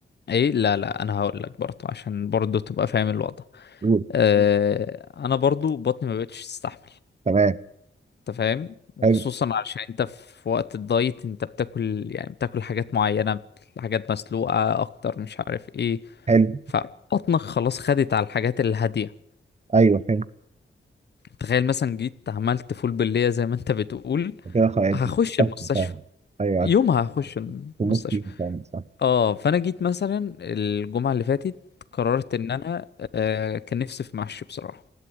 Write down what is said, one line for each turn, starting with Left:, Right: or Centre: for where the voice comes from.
Left: ايه لا لا انا هقول لك برضه عشان برضه تبقى فاهم الوضع
Right: قول
Left: آه انا برضه بطني ما بقتش تستحمل
Right: تمام
Left: انت فاهم وخصوصا
Right: حلو
Left: علشان انت في وقت الدايت انت بتاكل يعني بتاكل حاجات معينة حاجات مسلوقة اكتر مش عارف ايه
Right: حلو
Left: فبطنك خلاص خدت على الحاجات الهادية
Right: ايوه فهمت
Left: تخيل مثلا جيت عملت فول باللية زي ما انت بتقول
Right: كده خلاص
Left: هخش
Right: صح،
Left: المستشفى
Right: فاهم ايوه
Left: يومها هخش المستشفى
Right: تموت فيه فاهم صح
Left: اه فانا جيت مثلا الجمعة اللي فاتت قررت ان انا آه كان نفسي في محشي بصراحة